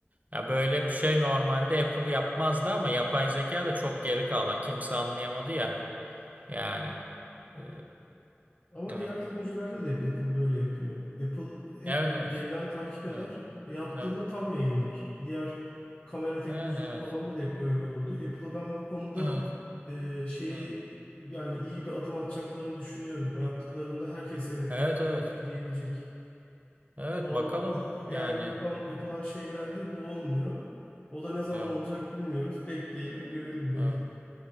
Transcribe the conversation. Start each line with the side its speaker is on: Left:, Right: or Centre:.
Right: Ya böyle bir şey normalde Apple yapmazdı ama yapay zeka da çok geri kalır. Kimse anlayamadı ya. Yani. e,
Left: Ama
Right: evet.
Left: diğer teknolojilerde de hep Apple böyle yapıyor. Apple hep
Right: Evet
Left: böyle
Right: evet.
Left: geriden takip eder.
Right: Evet.
Left: E, Yaptığında
Right: Evet.
Left: tam yayınlar. Diğer kamera teknolojileri
Right: Yani evet.
Left: falan da, da hep böyle oldu. Apple'a ben bu konuda
Right: Evet.
Left: e, şeyi
Right: Evet.
Left: yani iyi bir adım atacaklarını düşünüyorum. O yaptıklarında herkes evet
Right: Evet
Left: buna katılabilir
Right: evet.
Left: diyebilecek.
Right: Evet,
Left: Şu an
Right: bakalım
Left: çoğu AI
Right: yani.
Left: ile yapan, yapılan
Right: Evet.
Left: şeylerde bu olmuyor. O da ne zaman
Right: Evet.
Left: olacak bilmiyoruz. Bekleyelim, görelim ne
Right: Evet.
Left: diyeyim.